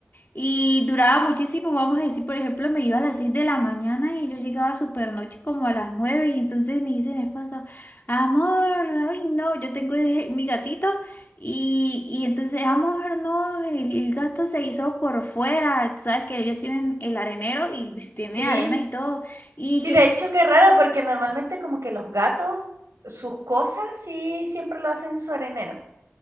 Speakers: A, on the left (about 40°); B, on the right (about 85°).
A: y duraba muchísimo, vamos a decir, por ejemplo, me iba a las 6 de la mañana y yo llegaba súper noche como a las 9 y entonces me dice mi esposo, amor, ay no, yo tengo ese- mi gatito y, y entonces, amor, no, el, el gato se hizo por fuera, sabes que ellos tienen el arenero y tiene
B: Sí,
A: arena y todo. Y
B: Sí,
A: que
B: de hecho, qué raro, porque normalmente como que los gatos, sus cosas, sí, siempre lo hacen en su arenero.